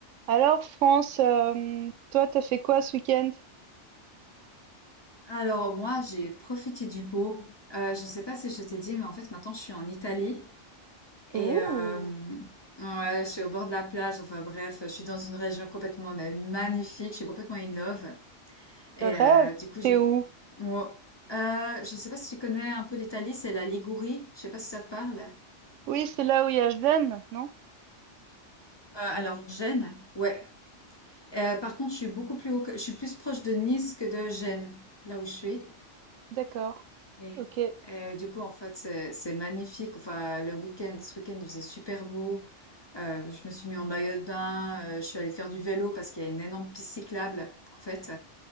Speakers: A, on the right; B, on the left.
A: Alors, France, euh, toi, t'as fait quoi ce week-end?
B: Alors moi, j'ai profité du beau. Euh, je ne sais pas si je t'ai dit, mais en fait, maintenant, je suis en Italie et
A: Ouh,
B: euh, ouais, je suis au bord de la plage. Enfin bref, je suis dans une région complètement mais magnifique. Je suis complètement in love. Et
A: le rêve,
B: euh, du coup,
A: t'es
B: j'ai...
A: où?
B: ouais. Euh, je ne sais pas si tu connais un peu l'Italie, c'est la Ligurie. Je sais pas si ça te parle.
A: Oui, c'est là où il y a Zen, non?
B: Euh, alors Gênes, ouais. Euh, par contre, je suis beaucoup plus haut que... je suis plus proche de Nice que de Gênes, là où je suis.
A: D'accord,
B: Et,
A: ok.
B: euh, du coup, en fait, c'est c'est magnifique. Enfin, le week-end, ce week-end, il faisait super beau. Euh, je me suis mis en maillot de bain. euh, je suis allée faire du vélo parce qu'il y a une énorme piste cyclable, en fait.